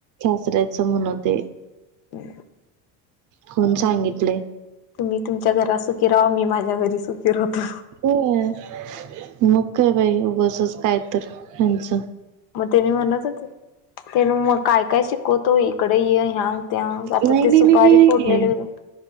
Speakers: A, on the right; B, on the left.
A: सरायचं म्हणं ते
B: हो
A: कोण सांगितले
B: तुम्ही तुमच्या घरा सुखी राहा मी माझ्या घरी सुखी राहतो
A: होय मग काय बाई उगचच काय तर त्यांचं
B: मग त्यानी म्हणत होते त्या मग काय काय शिकवतो इकडे ये ह्या त्या आता
A: नाही
B: ते
A: नाही
B: सुपारी
A: नाही नाही
B: फोडलेले होते.